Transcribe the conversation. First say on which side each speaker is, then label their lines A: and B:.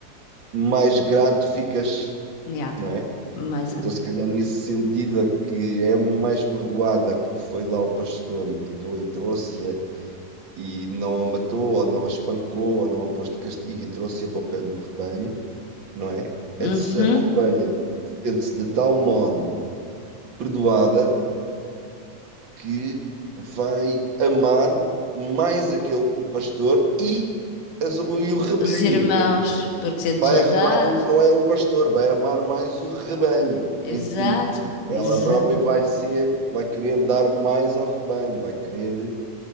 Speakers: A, on the right; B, on the left.
A: mais grato ficas,
B: Yeah.
A: não é?
B: Mais
A: Então,
B: amar.
A: se calhar, nesse sentido, a que é mais perdoada, a que foi lá o pastor e perdoou e trouxe-a e não a matou, ou não a espancou, ou não a pôs de castigo e trouxe-a para o pé do rebanho, não é?
B: Uhum.
A: Essa ovelha sente-se de tal modo perdoada que vai amar mais aquele, o pastor e, as- o, e o rebanho.
B: Os irmãos,
A: não é?
B: porque sente
A: Vai
B: saudade.
A: arrumar, o, não é o pastor, vai amar mais o rebanho
B: Exato,
A: em si. Ela
B: exato,
A: própria vai ser, vai querer dar mais ao rebanho, vai querer